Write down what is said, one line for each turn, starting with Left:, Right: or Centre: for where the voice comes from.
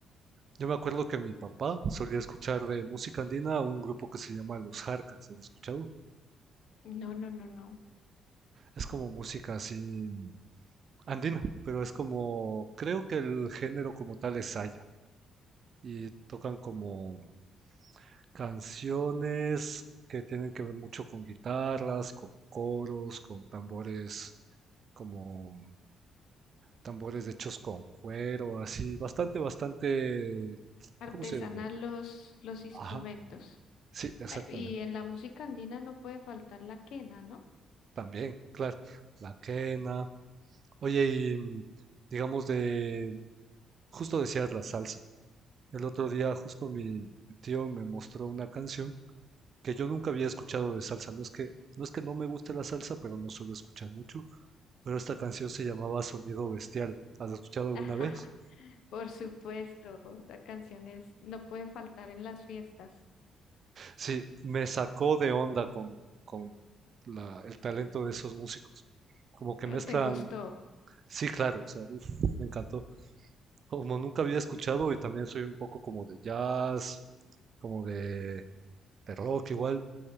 Right: yo me acuerdo que mi papá solía escuchar de música andina a un grupo que se llama Los Jarcas. ¿Has escuchado?
Left: No, no, no, no.
Right: Es como música así andina, pero es como, creo que el género como tal es saya y tocan como Canciones que tienen que ver mucho con guitarras, con coros, con tambores como mm, tambores hechos con cuero, así, bastante, bastante,
Left: Artesanal
Right: ¿cómo se diría?
Left: los, los instrumentos.
Right: Ajá, sí, exactamente.
Left: Ah, Y en la música andina no puede faltar la quena, ¿no?
Right: También, claro, la quena. Oye, y mm, digamos de, justo decías la salsa. El otro día justo mi mi tío me mostró una canción que yo nunca había escuchado de salsa. No es que, no es que no me guste la salsa, pero no suelo escuchar mucho. Pero esta canción se llamaba Sonido Bestial. ¿Has escuchado alguna
Left: <laughs>
Right: vez?
Left: Por supuesto, la canción es, no puede faltar en las fiestas.
Right: Sí, me sacó de onda con, con la- el talento de esos músicos. Como que
Left: Eh,
Right: mezclan.
Left: ¿Te gustó
Right: Sí, claro, o sea, uf, me encantó. Como nunca había escuchado y también soy un poco como de jazz, como de, de rock igual.